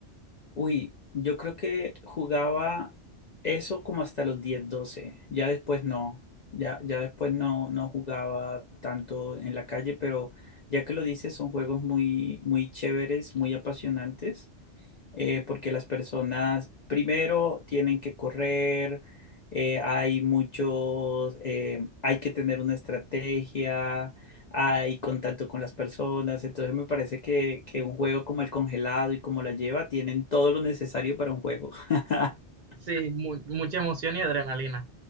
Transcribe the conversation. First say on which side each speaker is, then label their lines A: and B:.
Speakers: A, on the left; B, on the right.
A: Uy, yo creo que jugaba eso como hasta los 10, 12. Ya después no. Ya, ya después no, no jugaba tanto en la calle, pero ya que lo dices, son juegos muy, muy chéveres, muy apasionantes eh, porque las personas primero tienen que correr, eh, hay muchos, eh, hay que tener una estrategia, hay contacto con las personas, entonces me parece que, que un juego como el congelado y como la lleva tienen todo lo necesario para un juego <laughs>
B: Sí, mu- mucha emoción y adrenalina.